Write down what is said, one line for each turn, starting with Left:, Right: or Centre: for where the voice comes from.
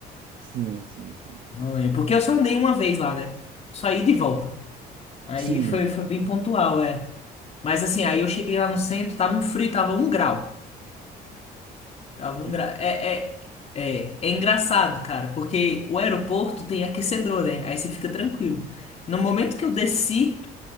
Right: sim, sim, sim.
Left: Não lembro. Porque eu só andei uma vez lá, né? Só ida e volta. Aí
Right: Sim,
Left: foi, foi bem pontual, é. Mas assim, aí eu cheguei lá no centro, tava um frio, tava um grau. Tava
Right: não
Left: um grau. É, é, é, é engraçado, cara, porque o aeroporto tem aquecedor, né? Aí você fica tranquilo. No momento que eu desci,